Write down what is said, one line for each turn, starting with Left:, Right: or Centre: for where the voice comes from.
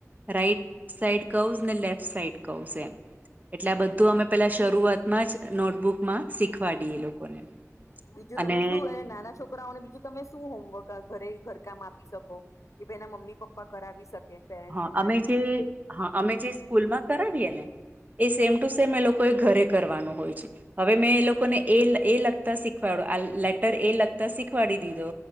Right: રાઈટ સાઈડ કહઝ ને લેફ્ટ સાઈડ કહઉ એમ એટલે આ બધું અમે પેલા શરૂઆતમાં જ નોટબુકમાં શીખવાડીઈએ લોકોને
Left: બીજું
Right: અને
Left: તમે શું નાના છોકરા છોકરાઓને બીજું તમે શું હોમવર્ક ઘરે ઘરકામ આપી શકો કે ભાઈ એના મમ્મી પપ્પા કરાવી શકે પેરેન્ટ્સ
Right: હા
Left: એમના
Right: અમે જે હા અમે જે સ્કૂલમાં કરાવીએે ને એ સેમ ટુ સેમ એ લોકો એ ઘરે કરવાનું હોય છે હવે મેં એ લોકોને એ એ લખતા શીખવાડ્યું આ લેટર એ લખતા શીખવાડી દીધો